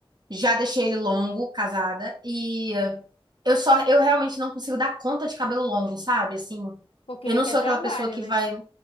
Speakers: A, on the right (about 50°); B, on the left (about 80°).
A: já deixei ele longo, casada, e eh, eu só, eu realmente não consigo dar conta de cabelo longo, sabe? Assim,
B: Porque
A: eu não
B: requer
A: sou
B: trabalho,
A: aquela pessoa que
B: né?
A: vai